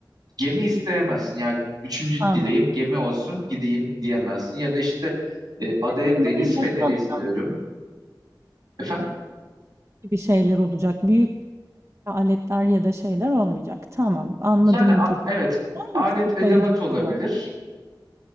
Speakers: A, on the right; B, on the right.
A: gemi isteyemezsin. Ya üçüncü
B: Tamam.
A: dileğim gemi olsun gideyim diyemezsin. Ya da işte e, adaya
B: Yani
A: deniz
B: böyle
A: feneri
B: yanına alacağım
A: istiyorum. Efendim?
B: gibi şeyler olacak. Büyük aletler ya da şeyler olmayacak. Tamam, anladım
A: Yani a-
B: gibi.
A: evet
B: Var mı
A: alet
B: açıklayıcı
A: edevat
B: bir
A: olabilir.
B: kural?